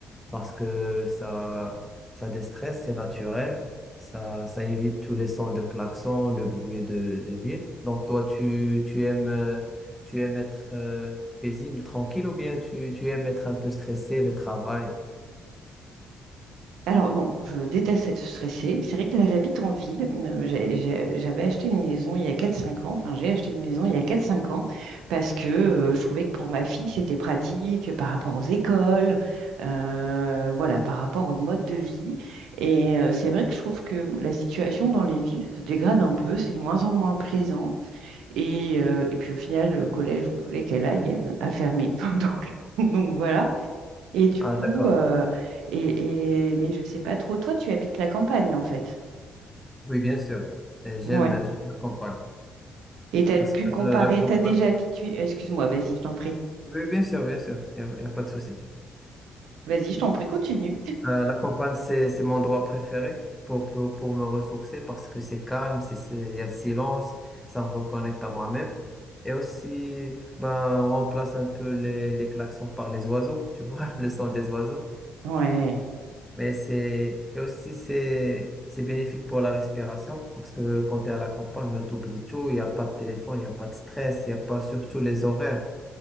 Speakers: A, in the centre; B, on the right.
A: parce que ça, ça déstresse, c'est naturel, ça, ça évite tous les sons de klaxon, le bruit de, de ville. Donc, toi, tu, tu aimes, euh, tu aimes être euh, paisible, tranquille, ou bien tu, tu aimes être un peu stressé, le travail?
B: Alors non, je déteste être stressée. C'est vrai que là, j'habite en ville. Euh, j'ai- j'ai- J'avais acheté une maison il y a quatre cinq ans. Enfin, j'ai acheté une maison il y a quatre cinq ans parce que euh, je trouvais que pour ma fille, c'était pratique par rapport aux écoles, euh, voilà, par rapport au mode de vie. Et euh, c'est vrai que je trouve que la situation dans les villes se dégrade un peu. C'est de moins en moins plaisant. Et, euh, et puis au final, le collège où je voulais qu'elle aille euh, a fermé. <laughs> Donc, donc voilà. Et du
A: Ah,
B: coup,
A: d'accord.
B: euh, et, et- mais je sais pas trop. Toi, tu habites la campagne, en fait.
A: Oui, bien sûr. Et J'aime,
B: Ouais.
A: j'aime la campagne.
B: Et tu as
A: Parce
B: pu
A: que
B: comparer,
A: euh, la campagne.
B: tu as déjà habitué. Excuse-moi, vas-y, je t'en prie.
A: Oui, bien sûr, bien sûr. Il n'y a, y a pas de souci.
B: Vas-y, je t'en prie, continue.
A: Euh, la campagne, c'est, c'est mon endroit préféré pour, pour, pour me ressourcer parce que c'est calme, c'est, c'est- il y a le silence, ça me reconnecte à moi-même. Et aussi, ben, on remplace un peu les, les klaxons par les oiseaux, tu vois, <laughs> le son des oiseaux.
B: Ouais,
A: Mais c'est, et aussi, c'est, c'est bénéfique pour la respiration parce que quand tu es à la campagne, ben, t'oublies tout, il n'y a pas de téléphone, il n'y a pas de stress, il n'y a pas surtout les horaires.